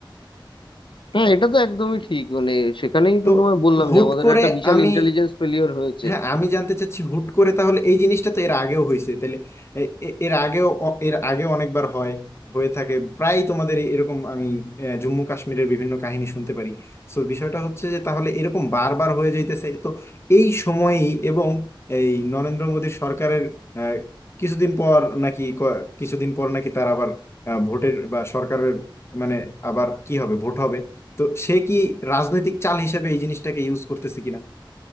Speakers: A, on the left (about 65°); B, on the left (about 30°).
A: না এটা তো একদমই ঠিক মানে সেখানেই
B: তো
A: তো তোমায় বললাম
B: হুট
A: যে আমাদের
B: করে
A: একটা বিশাল
B: আমি
A: ইন্টেলিজেন্স ফেলিওর হয়েছে
B: হ্যাঁ আমি জানতে চাচ্ছি হুট করে তাহলে এই জিনিসটা তো এর আগেও হয়েছে তাহলে এ- এ- এর আগেও অ- এর আগেও অনেকবার হয় হয়ে থাকে প্রায় তোমাদের এ- এরকম আমি আহ, জম্মু কাশ্মীরের বিভিন্ন কাহিনী শুনতে পারি সো বিষয়টা হচ্ছে যে তাহলে এরকম বারবার হয়ে যাইতেছে তো এই সময়ই এবং এই নরেন্দ্র মোদীর সরকারের আহ, কিছুদিন পর নাকি ক- কিছুদিন পর নাকি তার আবার আহ, ভোটের বা সরকারের মানে আবার কি হবে ভোট হবে তো সে কি রাজনৈতিক চাল হিসেবে এই জিনিসটাকে ইউজ করতেছে কিনা